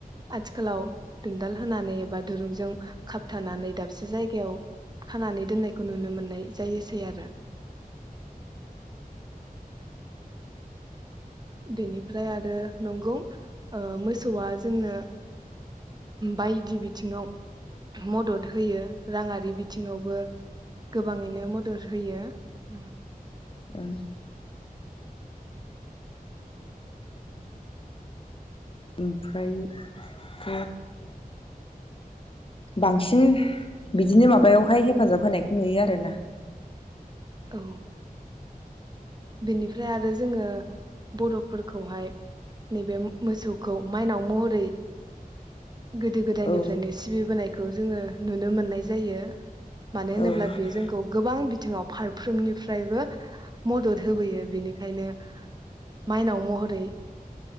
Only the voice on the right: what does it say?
आथिखालाव दुनदाल होनानै एबा दुरुंजों खाबथानानै दाबसे जायगायाव खानानै दोननाय खौ नुनो मोन्नाय जायोसै आरो बेनिफ्राय आरो नंगौ ओ मोसौआ जोंनो बायदि बिथिङाव मदद होयो राङारि बिथिङावबो गोबाङैनो मदद होयो उम
औ बेनिफ्राय आरो जोङो बर'फोरखौहाय नैबे मोसौखौ माइनाव महरै गोदो गोदायनिफ्रायनो
सिबिबोनाय खौ जोङो नुनो मोननाय जायो मानो होनोब्ला
बियो जोंखौ गोबां बिथिङाव फारफ्रोमनिफ्रायबो मदद होबोयो बेनिखायनो माइनाव महरै